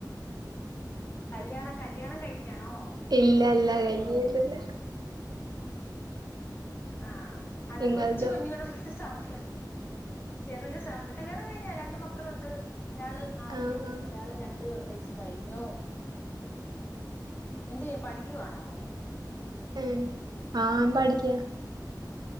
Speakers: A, on the left (about 30°); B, on the right (about 65°).
A: കല്യാണം കല്യാണം കഴിഞ്ഞാണോ
B: ഇല്ല അല്ല കഴിഞ്ഞിട്ടില്ല
A: ആ അല്ല
B: ഇങ്ങൾതോ
A: കൊച്ചു കുഞ്ഞുടെ പോലത്തെ സൗണ്ട് ചെറിയ സൗണ്ട് കല്യാണം കഴിഞ്ഞാ രണ്ട് മക്കളുണ്ട് ഒരാള് ആറില്
B: ആഹ് ആഹ്
A: ഒരാള് രണ്ട് വയസ്സ് കഴിഞ്ഞു എന്ത് ചെയ്യ പഠിക്കുവാണോ
B: ഏ ആഹ് പഠിക്കാണ്